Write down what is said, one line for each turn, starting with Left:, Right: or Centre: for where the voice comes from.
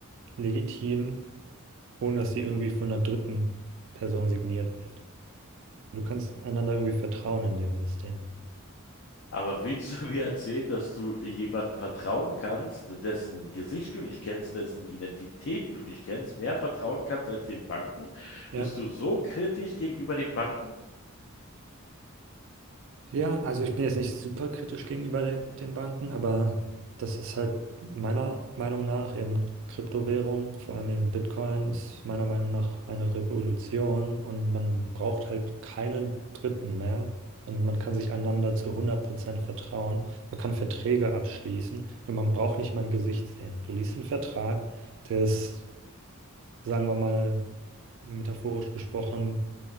Right: legitim ohne dass sie irgendwie von einer dritten Person signiert wird. Du kannst einander irgendwie vertrauen in dem System.
Left: Aber willst du <laughs> mir erzählen, dass du jemandem vertrauen kannst, dessen Gesicht du nicht kennst, dessen Identität du nicht kennst, mehr vertrauen kannst als den Banken?
Right: Ja.
Left: Bist du so kritisch gegenüber den Banken?
Right: Ja, also ich bin jetzt nicht super kritisch gegenüber de den Banken, aber das ist halt meiner Meinung nach eben Kryptowährung, vor allem eben Bitcoin, ist meiner Meinung nach eine Revolution und man braucht halt keine Dritten mehr. Und man kann sich einander zu 100% vertrauen. Man kann Verträge abschließen und man braucht nicht mal ein Gesicht sehen. Du liest einen Vertrag, der ist sagen wir mal metaphorisch gesprochen,